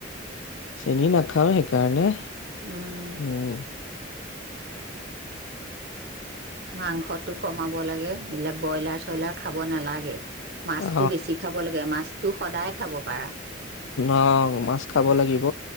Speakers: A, on the left; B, on the right.
A: চেনি নাখাও সেইকাৰণে
B: উম
A: উম
B: মাংসতো কমাব লাগে এইবিলাক ব্ৰইলাৰ চইলাৰ খাব নালাগে মাছতটো
A: অ
B: বেছি খাব লাগে মাছ তোৰ সদায় খাব পাৰা
A: অ মাছ খাব লাগিব